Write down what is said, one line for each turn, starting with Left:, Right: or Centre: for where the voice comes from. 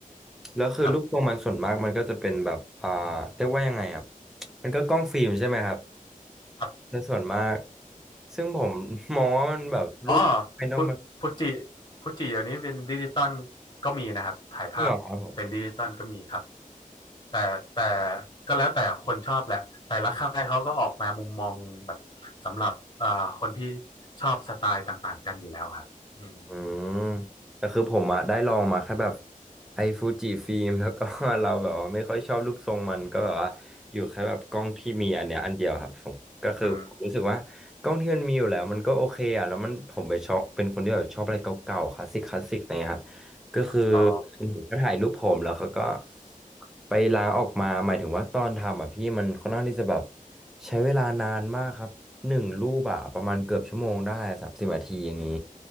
Centre: แล้วคือรูปทรงมันส่วนมากมันก็จะเป็นแบบอ่าเรียกว่ายังไงอ่ะ
Left: ครับ
Centre: มันก็กล้องฟิล์มใช่ไหมครับ
Left: ครับ
Centre: ในส่วนมาก ซึ่งผม <laughs> มองว่ามันแบบรูปภายนอกมัน
Left: อ๋อฟูฟูจิฟูจิเดี๋ยวนี้เป็นดิจิตอลก็มีนะครับถ่ายภาพเป็นดิจิตอลก็มีครับ
Centre: จริงเหรอครับ
Left: แต่แต่ก็แล้วแต่คนชอบแหละแต่ละค่ายเขาก็ออกมามุมมองแบบสำหรับเอ่อคนที่ชอบสไตล์ต่างๆกันอยู่แล้วครับอืม
Centre: อืมแต่คือผมอะได้ลองมาแค่แบบไอฟูจิฟิล์มแล้วก็ <laughs> เราแบบว่าไม่ค่อยชอบรูปทรงมันก็แบบว่าอยู่แค่แบบกล้องที่มีอันเนี้ยอันเดียวครับผมก็คือผมรู้สึกว่ากล้องที่มันมีอยู่แล้วมันก็โอเคอะแล้วมันผมไปชอบเป็นคนที่แบบชอบอะไรเก่าๆคลาสสิกคลาสสิกนะครับ
Left: อืมอืม
Centre: ก็คือ
Left: อ๋อ
Centre: ผมก็ถ่ายรูปผมแล้วเขาก็ไปล้างออกมาหมายถึงว่าตอนทำอ่ะพี่มันค่อนข้างที่จะแบบใช้เวลานานมากครับหนึ่งรูปอะประมาณเกือบชั่วโมงได้สามสิบนาทีอย่างนี้